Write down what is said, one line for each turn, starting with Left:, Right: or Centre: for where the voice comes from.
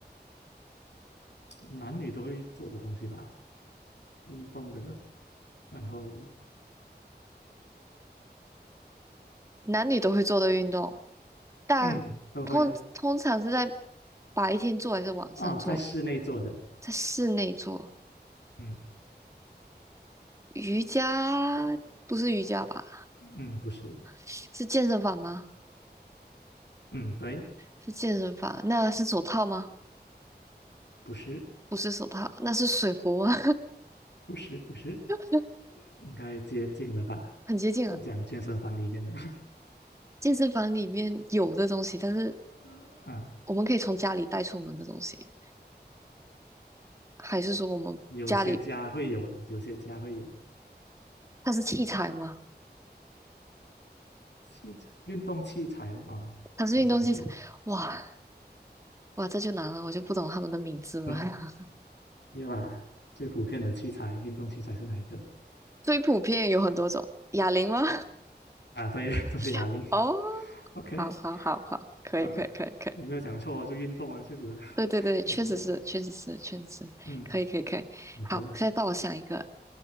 Left: 男女都会做的东西吧，运动的，然后
Right: 男女都会做的运动，大
Left: 嗯都会啊，
Right: 通通常是在白天做还是晚上做？
Left: 哦，在室内做的，
Right: 在室内做，
Left: 嗯
Right: 瑜伽不是瑜伽吧？
Left: 嗯，不是，
Right: 是健身房吗？
Left: 嗯对，
Right: 是健身房，那是手套吗？
Left: 不是
Right: 不是手套，那是水壶吗？
Left: 不是不是，
Right: <laughs>
Left: 应该接近了吧，
Right: 很接近了。
Left: 都讲健身房里面的，
Right: 健身房里面有的东西，但是
Left: <laughs> 啊
Right: 我们可以从家里带出门的东西，还是说我们家里
Left: 有些家会有的，有些家会有
Right: 它是器材吗？
Left: 器材，运动器材了啊，
Right: 它是运动器材？
Left: 可以这样说。
Right: 哇哇，这就难了，我就不懂他们的名字了。
Left: <laughs>
Right: <laughs>
Left: 你把最普遍的器材，运动器材是哪一个
Right: 最普遍有很多种，哑铃吗？
Left: 啊？对，<laughs>
Right: <laughs>
Left: 这是哑铃。
Right: 哦，
Left: OK，
Right: 好好好好，可以可以可以可以，
Left: 好嘞，我没有讲错哦，就运动啊，确实啊
Right: 对对对，
Left: <laughs>
Right: 确实是确实是确实是，
Left: 运动。嗯，
Right: 可以可以可以。
Left: 好的
Right: 好，现在到我想一个，